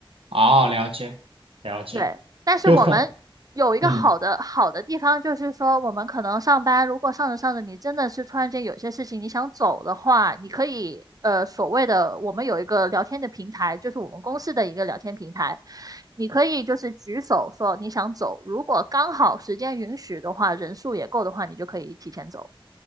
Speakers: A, on the right; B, on the right.
A: 啊，了解了解，
B: 对，但是我们有一个好的好的地方，
A: 就很，嗯
B: 就是说我们可能上班，如果上着上着，你真的是突然间有些事情你想走的话，你可以呃所谓的我们有一个聊天的平台，就是我们公司的一个聊天平台，你可以就是举手说你想走，如果刚好时间允许的话，人数也够的话，你就可以提前走。